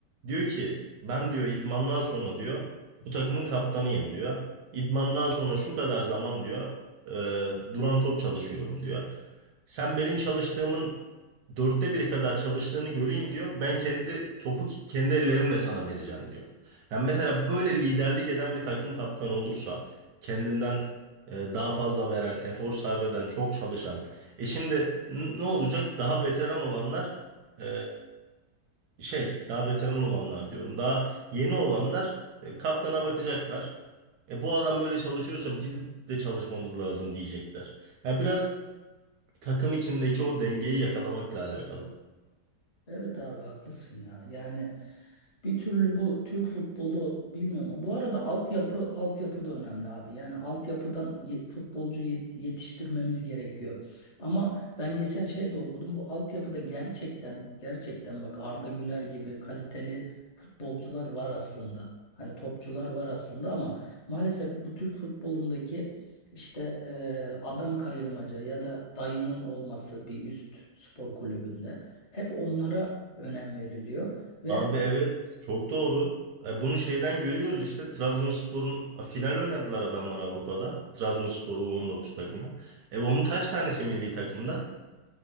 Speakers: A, on the right; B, on the left.
A: Diyor ki ben diyor idmandan sonra diyor bu takımın kaptanıyım diyor. İdmandan sonra şu kadar zaman diyor e, duran top çalışıyorum diyor. Sen benim çalıştığımın dörtte biri kadar çalıştığını göreyim diyor. Ben kendi topu kendi ellerimle sana vereceğim diyor. Yani mesela böyle liderlik eden bir takım kaptanı olursa kendinden e, daha fazla veren, efor sarf eden, çok çalışan. E şimdi n- ne olacak? Daha veteran olanlar e, şey, daha veteran olanlar diyorum. Daha yeni olanlar e, kaptana bakacaklar. E bu adam böyle çalışıyorsa biz de çalışmamız lazım diyecekler. Ya biraz takım içindeki o dengeyi yakalamakla alakalı.
B: Evet abi haklısın ya. Yani bir türlü bu Türk futbolu bilmiyorum. Bu arada altyapı altyapı da önemli abi. Yani altyapıdan ye- futbolcu yet- yetiştirmemiz gerekiyor. Ama ben geçen şey de okudum. Bu altyapıda gerçekten gerçekten bak Arda Güler gibi kaliteli futbolcular var aslında. Hani topçular var aslında ama maalesef bu Türk futbolundaki işte e, adam kayırmaca ya da dayının olması bir üst spor kulübünde. Hep onlara önem veriliyor ve
A: Abi evet çok doğru. E, Bunu şeyden görüyoruz işte Trabzonspor'un final oynadılar adamlar Avrupa'da. Trabzonspor U19 takımı. E onun kaç tanesi milli takımda?